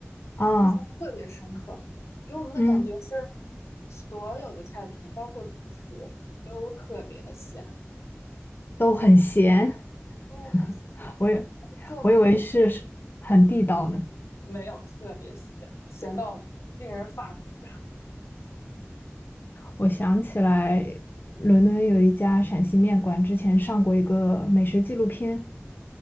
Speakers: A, on the left; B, on the left.
A: 啊，
B: 印象特别深刻，给我们的感觉是
A: 嗯，
B: 所有的菜品，包括主食，都特别的咸，
A: 都很咸，
B: 都很咸
A: <laughs> 我以
B: 作为
A: 我以为是很地道呢。
B: 没有特别咸，咸到令人发指。
A: 我想起来，伦敦有一家陕西面馆，之前上过一个美食纪录片，